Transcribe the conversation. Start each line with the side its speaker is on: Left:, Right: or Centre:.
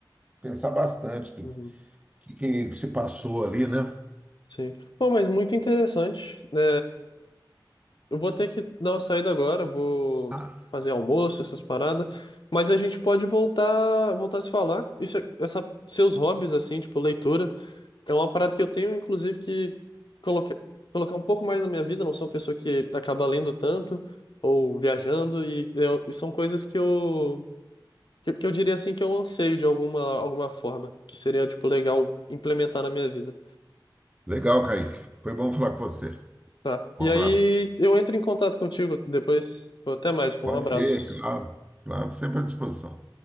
Right: pensar bastante do
Left: uhum,
Right: que, que se passou ali, né?
Left: sim. Bom, mas muito interessante, né? Eu vou ter que dar uma saída agora, vou
Right: Ah,
Left: ter que fazer almoço, essas paradas. Mas a gente pode voltar, voltar a se falar. Isso, é- essa, seus hobbies, assim, tipo, leitura, é uma parada que eu tenho, inclusive, que coloca, colocar um pouco mais na minha vida. Não sou uma pessoa que acaba lendo tanto ou viajando, e, eu- e são coisas que eu, que, que eu diria, assim, que eu anseio de alguma, alguma forma, que seria, tipo, legal implementar na minha vida.
Right: legal, Kaique. Foi bom falar com você.
Left: Tá. E
Right: Um abraço.
Left: aí eu entro em contato contigo depois. Até mais, pô.
Right: Pode
Left: Um abraço.
Right: ser, claro. Claro, sempre à disposição.